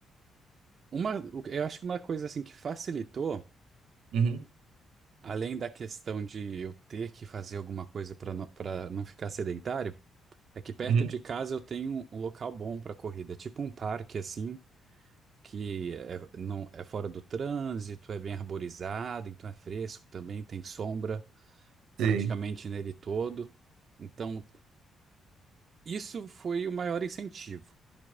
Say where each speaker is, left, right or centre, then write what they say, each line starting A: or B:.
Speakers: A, on the right; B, on the right.
A: Uma, o- eu acho que uma coisa assim que facilitou,
B: Uhum,
A: além da questão de eu ter que fazer alguma coisa para não, para não ficar sedentário, é que perto
B: uhum.
A: de casa eu tenho um, um local bom para corrida, tipo um parque assim, que é, não é fora do trânsito, é bem arborizado, então é fresco também, tem sombra praticamente
B: Sei,
A: nele todo. Então Isso foi o maior incentivo,